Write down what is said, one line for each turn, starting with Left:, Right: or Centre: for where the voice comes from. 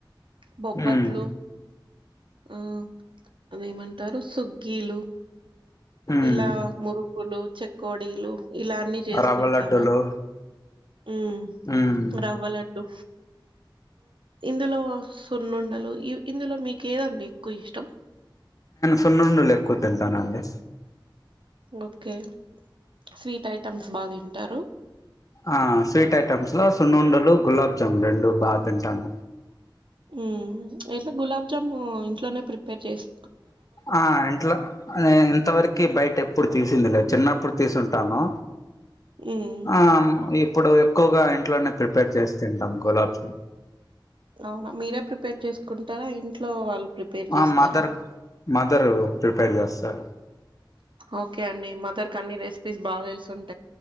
Right: బొబ్బట్లు
Left: మ్మ్
Right: ఆ అదేమంటారు సుగ్గీలు
Left: మ్మ్
Right: ఇలా మురుగు ఉక్కులు చెక్కడీలు ఇలాన్న చేసుకుంటాము
Left: రవ్వ లడ్డూలు
Right: ఉ
Left: మ్మ్
Right: రవ్వ లడ్డూ ఇందులో సున్నుండలు ఇ ఇందులో మీకు ఏదండి ఎక్కువ ఇష్టం
Left: సున్నండులు ఎక్కువ తింటానుండి
Right: ఓకే స్వీట్ ఐటమ్స్ బాగా తింటారు
Left: ఆ స్వీట్ ఐటమ్స్ సునుండలు గులాబ్జామున్ రెండు బాగా తింటాను
Right: హ్మ్మ్ ఎట్లా గులాబ్జాము ఇంట్లోనే ప్రిపేర్ చేస్త
Left: ఆ ఇంట్లో ఇంతవరకు బయట ఎప్పుడు తీసు ందిలే చిన్నప్పుడు తీసుంటాను
Right: హ్మ్
Left: ఆ ఇప్పుడు ఎక్కువగా ఇంట్లోనే ప్రిపేర్ చేసి తింటాం గులాబ్జు
Right: అవునా మీరే ప్రిపేర్ చేసుకుంటారా ఇంట్లో వాళ్ళు ప్రిపేర్ చేస్తారా?
Left: ఆ మదర్ మదర్ ప్రిపేర్ చేస్తారు
Right: ఓకే అండి మదర్ క అన్ని రెసిపీస్ బాగా తెలుసుంటా